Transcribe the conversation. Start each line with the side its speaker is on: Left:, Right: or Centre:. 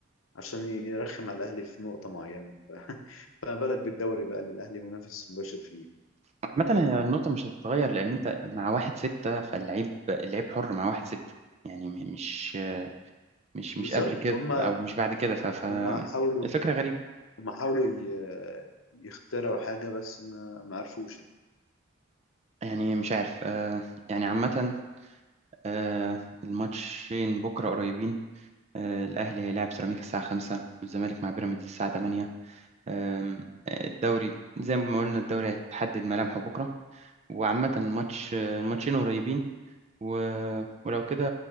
Left: عشان يرخم على الاهلي في نقطه معينه <laughs> ف- فما بالك بالدوري بقى اللي الاهلي منافس مباشر فيه
Right: عامة هي النقطة مش هتتغير لأن أنت مع واحد ستة فاللعيب اللعيب حر مع واحد ستة يعني م- مش مش
Left: بالظبط
Right: مش قبل كده
Left: هم
Right: ف- أو مش بعد كده ف ف-
Left: هم حاولوا
Right: الفكرة غريبة
Left: هم حاولوا ي- يخترعوا حاجه بس ما ما عرفوش يعني
Right: يعني مش عارف آه، يعني عامة آه، الماتشين بكرة قريبين آه، الأهلي هيلاعب سيراميكا الساعة خمسة والزمالك مع بيراميدز الساعة تمانية أم، الدوري زي ما قلنا الدوري هتحدد ملامحه بكرة وعامة الماتش الماتشين قريبين و... ولو كده